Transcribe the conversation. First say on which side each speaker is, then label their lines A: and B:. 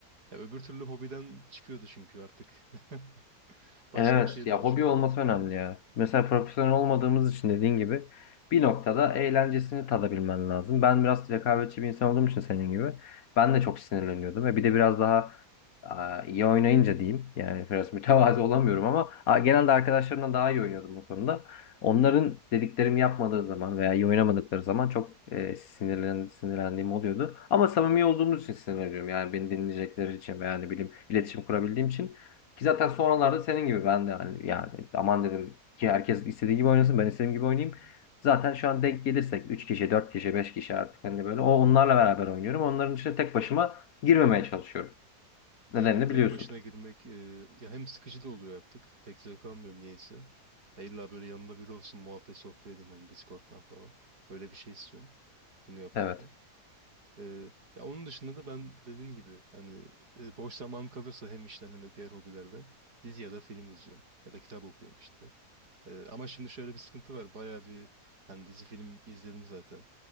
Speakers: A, on the right (about 80°); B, on the left (about 65°).
A: Ya öbür türlü hobiden çıkıyordu çünkü artık. <laughs> Başka
B: Evet
A: bir şeye
B: ya
A: dönüşüyordu
B: hobi olması
A: oyun.
B: önemli ya. Mesela profesyonel olmadığımız için dediğin gibi bir noktada eğlencesini tadabilmen lazım. Ben biraz rekabetçi bir insan olduğum için senin gibi ben de çok sinirleniyordum ve bir de biraz daha aa, iyi oynayınca diyeyim yani biraz <laughs> mütevazi olamıyorum ama aa,
A: Hı hı.
B: genelde arkadaşlarımdan daha iyi oynuyordum bu konuda. Onların dediklerimi yapmadığı zaman veya iyi oynamadıkları zaman çok e, sinirlen, sinirlendiğim oluyordu. Ama samimi olduğumuz için sinirleniyorum yani beni dinleyecekleri için veya ne bileyim iletişim
A: Hı
B: kurabildiğim için. Ki zaten sonralarda senin gibi ben de hani yani aman dedim ki herkes istediği gibi oynasın ben istediğim gibi oynayayım.
A: hı.
B: Zaten şu an denk gelirsek 3 kişi, 4 kişi, 5 kişi artık hani böyle o onlarla beraber oynuyorum. Onların içine tek başıma girmemeye çalışıyorum. Nedenini
A: Ya evet tek
B: biliyorsun.
A: başına girmek e, ya hem sıkıcı da oluyor artık. Pek zevk almıyorum niyeyse. Ya illa böyle yanımda biri olsun muhabbet sohbet edeyim hani Discord'dan falan. Öyle bir şey istiyorum bunu yaparken.
B: Evet.
A: E, ya onun dışında da ben dediğim gibi hani e, boş zamanım kalırsa hem işten hem de diğer hobilerden dizi ya da film izliyorum. Ya da kitap okuyorum işte. E, ama şimdi şöyle bir sıkıntı var. Bayağı bir hani dizi film izledim zaten.